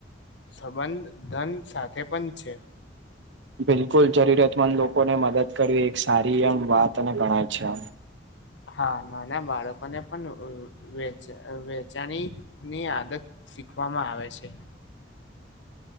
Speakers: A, on the left; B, on the right.
A: સંબંધ ધન સાથે પણ છે.
B: બિલકુલ, જરૂરતમંદ લોકોને મદદ કરવી, એક સારી એમ વાત અને ગણાય છે.
A: હા, નાના બાળકોને પણ વ વેચાણી ની આદત. શીખવામાં આવે છે.